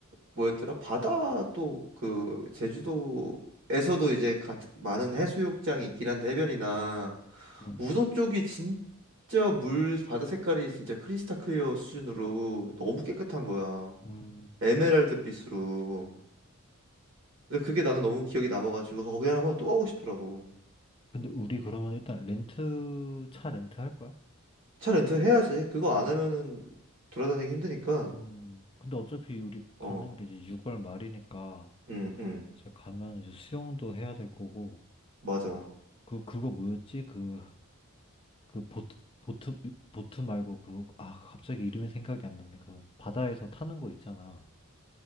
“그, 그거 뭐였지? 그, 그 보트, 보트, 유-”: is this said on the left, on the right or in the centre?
Left